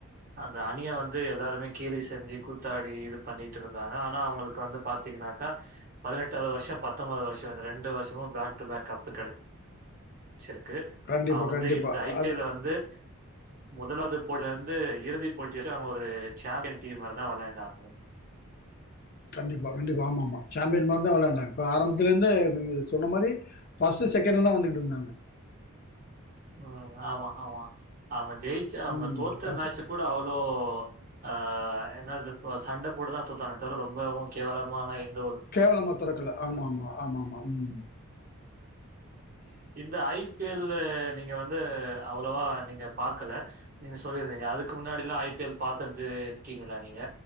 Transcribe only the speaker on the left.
கண்டிப்பா,
கண்டிப்பா.
அது
கண்டிப்பா கண்டிப்பா ஆமாமா சேம்பியன் மார்தா வெளையாண்டாங்க கொ ஆரம்பத்துலந்தே து சொன்ன மாரி பஸ்ட் செகண்ட்ல தா வந்துகிட்டு இருந்தாங்க
ம்
பசு
கேவலமா தொறக்கல ஆமாமா ஆமாமா உம்